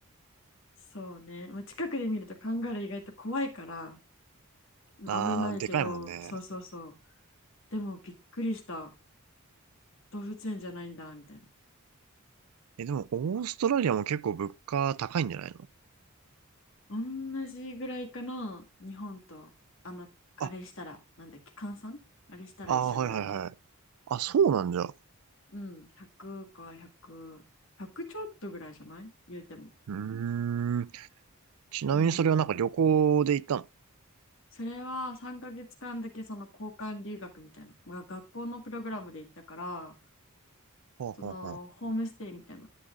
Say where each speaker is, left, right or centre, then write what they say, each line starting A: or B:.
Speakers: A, on the left (about 60°); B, on the right (about 80°).
A: そうね。まあ、近くで見るとカンガルー意外と怖いから、
B: あー、
A: 危ないけど、
B: でかいもんね。
A: そうそうそう。でもびっくりした。動物園じゃないんだ、みたいな。
B: え、でも、オーストラリアも結構物価高いんじゃないの
A: 同じぐらいかな、日本と。あの、あれしたら、
B: あ、
A: なんだっけ、換算あれしたら一緒ぐらい。
B: あー、はいはいはい。あ、そうなんじゃ。
A: うん、100か100、100ちょっとぐらいじゃない言うても。
B: うーん。ちなみにそれはなんか旅行で行ったの
A: うん。それは3ヶ月間だけその交換留学みたいな、が学校のプログラムで行ったから、
B: ほうほうほう。
A: そのホームステイみたいな